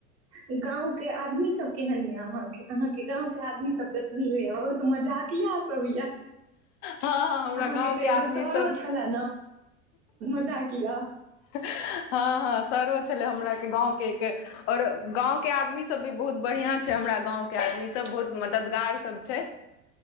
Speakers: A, on the right; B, on the left.
A: गाँवके सब केहन ये आहाँ के गांव के आदमी सब सुनलु यो त मजाकिया तब य
B: हँ हमरा
A: आहाँ
B: गाँंव
A: के त एगो
B: आदमी
A: सरो
B: सब
A: छलै जाकी या
B: हँ हँ सर्व छलै हमरा के गाँव के एक और गाँव के आदमी सब भी बहुत बढ़िया छै हमरा गाँव के आदमी सब बहुत मददगार सब छै